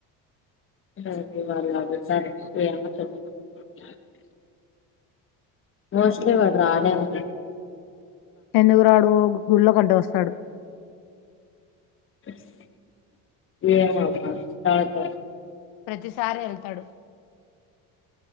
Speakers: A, on the left; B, on the left.
A: ఉమ్ వాళ్ళ సరే <unintelligible> మోస్ట్లి వాళ్ళు రారేమో
B: ఎందుకు రాడు ఓ గుళ్ళో కడు ఒస్తాడు
A: స్ ఏమో అమ్మ తాగుత
B: ప్రతిసారి ఎల్తడు